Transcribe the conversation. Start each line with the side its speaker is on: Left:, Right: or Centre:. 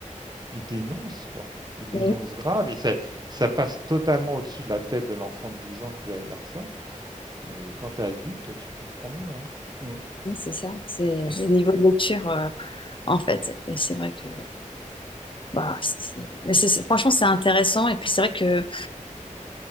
Right: il dénonce quoi, il dénonce
Left: euh,
Right: grave» et c'est ça passe totalement au-dessus de la tête de l'enfant de 10 ans qui va lire ça, mais quand tu es adulte, tu comprends mieux, hein. Mmh,
Left: Oui, C'est ça, c'est le niveau de lecture euh, en fait. Et c'est vrai que bah, c'est- c'est- mais c'est- c'est- franchement c'est intéressant. Et puis c'est vrai que